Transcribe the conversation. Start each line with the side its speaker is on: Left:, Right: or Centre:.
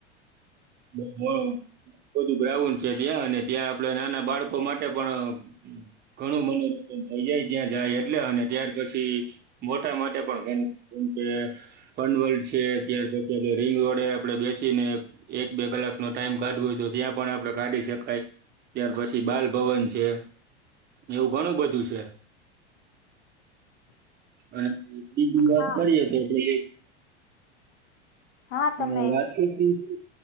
Right: બ હહ. બધું ગ્રાઉન્ડ છે ત્યાં અને ત્યાં આપડે નાના બાળકો માટે પણ ઘણું મનોરંજન થઇ જાય ત્યાં જાય એટલે અને ત્યાર પછી મોટા માટે પણ ઘણી જેમ કે ફન વલ્ડ છે, ત્યાર પછી રિંગ રોડે આપડે બેસીને એક બે કલાકનો ટાઈમ કાઢવો હોય તો ત્યાં પણ આપણે કાઢી શકાય. ત્યાર પછી બાલભવન છે. એવું ઘણું બધું છે. અને બીજી વાત
Left: હા
Right: કરીએ તો આપણે
Left: હા તમે
Right: અને રાજકીટથી શું